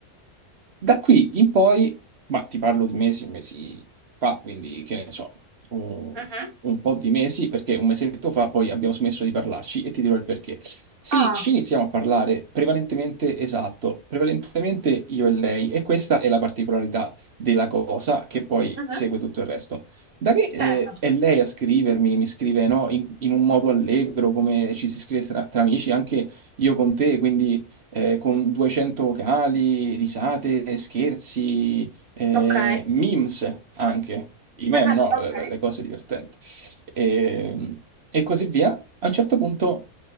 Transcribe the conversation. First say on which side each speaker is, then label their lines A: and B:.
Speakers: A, on the right; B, on the right.
A: da qui in poi, ma ti parlo di mesi, mesi fa, quindi che ne so, un,
B: mhm.
A: un po' di mesi, perché un mesetto fa poi abbiamo smesso di parlarci e ti dirò il perché. Sì,
B: Ah,
A: ci iniziamo a parlare prevalentemente, esatto, prevalentemente io e lei, e questa è la particolarità della cosa che poi
B: mhm,
A: segue tutto il resto. Da che eh,
B: Certo.
A: è lei a scrivermi, mi scrive no, in, in un modo allegro, come ci si scrive tra, tra amici, anche io con te, quindi eh, con 200 vocali, risate, scherzi, eh,
B: Ok.
A: memes anche, i meme,
B: <laughs>
A: no?
B: Ok.
A: Le, le- le cose divertenti. E, e così via. A un certo punto